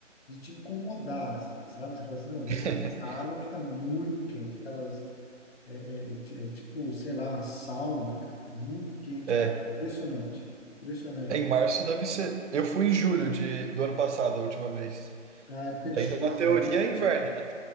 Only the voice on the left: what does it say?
de te incomodar, assim, sabe? Você fala assim, não, eu vou
sair dessa água que tá muito quente, aquelas é, é é ti- é tipo, sei lá, sauna, cara. É muito quente
a água. Impressionante. Impressionante.
A época
de chuva,
né?